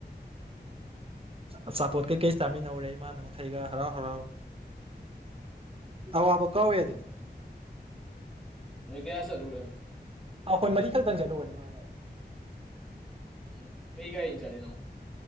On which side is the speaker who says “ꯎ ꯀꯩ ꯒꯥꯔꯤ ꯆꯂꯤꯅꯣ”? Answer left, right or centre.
Centre